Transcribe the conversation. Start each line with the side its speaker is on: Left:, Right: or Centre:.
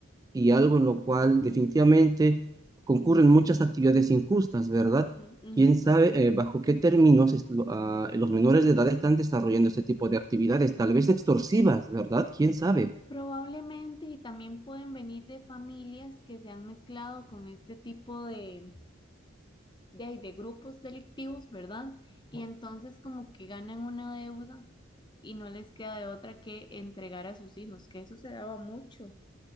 Right: y algo en lo cual definitivamente concurren muchas actividades injustas, ¿verdad?
Left: Ujú, ujú.
Right: ¿Quién sabe eh, bajo qué términos es- lo- ah, los menores de edad están desarrollando este tipo de actividades? Tal vez extorsivas, ¿verdad? ¿Quién sabe?
Left: Probablemente y también pueden venir de familias que se han mezclado con este tipo de, de, de grupos delictivos, ¿verdad? Y entonces como que ganan una deuda y no les queda de otra que entregar a sus hijos, que eso se daba mucho.